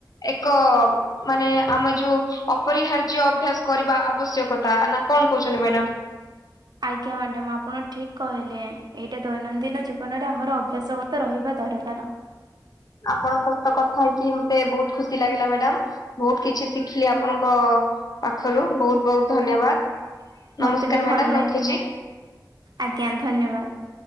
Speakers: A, on the left; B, on the right.
A: ଏକ ମାନେ ଆମେ ଯୋଉ ଅପରିହାର୍ଯ୍ୟ ଅଭ୍ୟାସ କରିବା ଆବଶ୍ୟକତା, ନା କଣ କହୁଛନ୍ତି ମ୍ୟାଡ଼ାମ?
B: ଆଜ୍ଞା ମ୍ୟାଡ଼ାମ ଆପଣ ଠିକ କହିଲେ ଏଇଟା ଦୈନନ୍ଦିନ ଜି ବନରେ ଆମର ଅଭ୍ୟାସଗତ ରହିବା ଦରକାର।
A: ଆପଣଙ୍କ ସତ କଥା ହେଇକି ମତେ ବୋହୁତ ଖୁସି ଲାଗିଲା ମ୍ୟାଡ଼ାମ। ବୋହୁତ କିଛି ଶିଖିଲି ଆପଣଙ୍କ ପାଖରୁ ବୋହୁତ ବୋହୁତ ଧନ୍ୟବାଦ।
B: ମତେ
A: ନମସ୍କାର
B: ବି ଭଲ
A: ମ୍ୟାଡାମ
B: ଲାଗିଲା
A: ରଖୁଛି।
B: ଆଜ୍ଞା ଧନ୍ୟବାଦ।